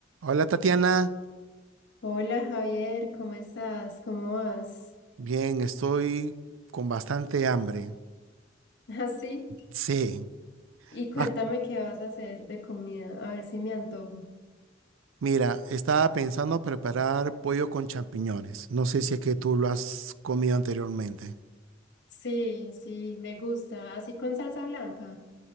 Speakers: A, on the right (about 80°); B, on the left (about 60°).
A: Hola Tatiana,
B: Hola Javier, ¿cómo estás? ¿Cómo vas?
A: bien, estoy con bastante hambre.
B: <laughs> Así.
A: Sí.
B: Y cuéntame
A: Ah,
B: qué vas a hacer de comida, a ver si me antojo.
A: mira, estaba pensando preparar pollo con champiñones. No sé si es que tú lo has comido anteriormente.
B: Sí, sí, me gusta, así con salsa blanca.